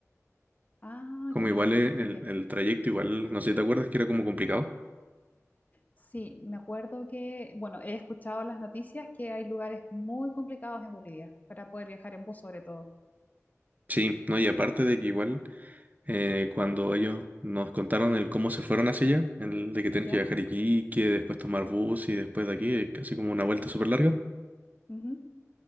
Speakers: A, on the left; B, on the right.
A: Ah,
B: como
A: qué
B: igual
A: bien,
B: es
A: qué
B: el,
A: bien.
B: el trayecto, igual, no sé si te acuerdas que era como complicado.
A: Sí, me acuerdo que, bueno, he escuchado las noticias que hay lugares muy complicados en Bolivia para poder viajar en bus sobre todo.
B: Sí, no, y aparte de que igual eh, cuando ellos nos contaron el cómo se fueron hacia allá, el de que tienen
A: ¿Ya?
B: que viajar a Iquique, después tomar bus y después de aquí, eh, casi como una vuelta súper larga.
A: Ujú.